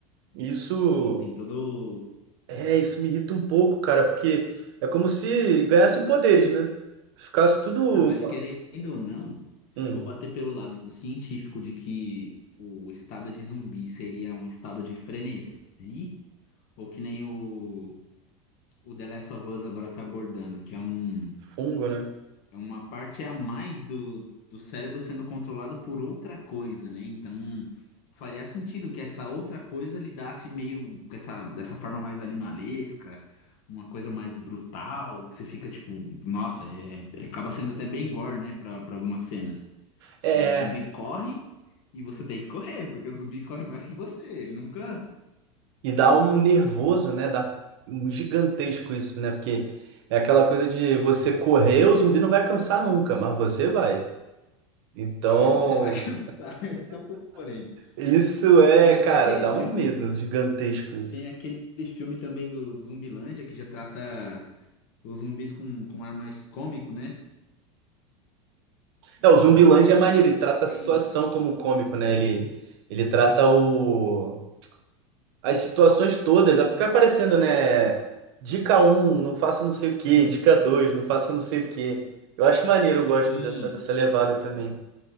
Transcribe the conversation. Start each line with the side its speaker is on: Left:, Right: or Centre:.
Right: E Isso,
Left: sim, tem todo.
Right: é, isso me irrita um pouco, cara, porque é como se ganhassem poderes, né? Ficasse tudo uma-
Left: Ah, mas querendo ou não, se
Right: um
Left: for bater pelo lado científico de que o estado de zumbi seria um estado de frenesi, ou que nem o, o The Last of Us agora tá abordando, que é um.
Right: fungo, né?
Left: é uma parte a mais do, do cérebro sendo controlado por outra coisa, né? Então, faria sentido que essa outra coisa lidasse meio com essa, dessa forma mais animalesca, uma coisa mais brutal, que você fica tipo, nossa, é, é- acaba sendo até bem gore, né, para algumas cenas.
Right: É.
Left: Que o zumbi corre e você tem que correr, porque o zumbi corre mais que você, ele não cansa.
Right: E dá um nervoso, né? Dá um gigantesco isso, né? Porque é aquela coisa de você correr, o zumbi não vai cansar nunca, mas você vai. Então,
Left: Vai, você vai <laughs> cansar, esse é o porém.
Right: isso é,
Left: Tem até
Right: cara,
Left: aquele
Right: dá
Left: filme,
Right: um medo gigantesco isso.
Left: tem aquele filme também do, do Zumbilândia que já trata os zumbis com, com ar mais cômico, né?
Right: É, o Zumbilândia é maneiro, ele trata
Left: Ei,
Right: a situação como cômico, né? Ele, ele trata o, as situações todas, é porque fica aparecendo, né? Dica um, não faça não sei o quê. Dica 2, não faça não sei o quê. Eu acho maneiro, eu gosto
Left: sim.
Right: dessa, dessa levada também.